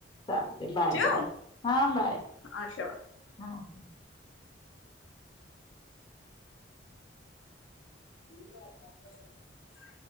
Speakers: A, on the left (about 25°); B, on the left (about 85°).
A: चालतय बाय
B: ठेवू
A: बाय, हां बाय,
B: हा ठेवा
A: हां.
B: <unintelligible>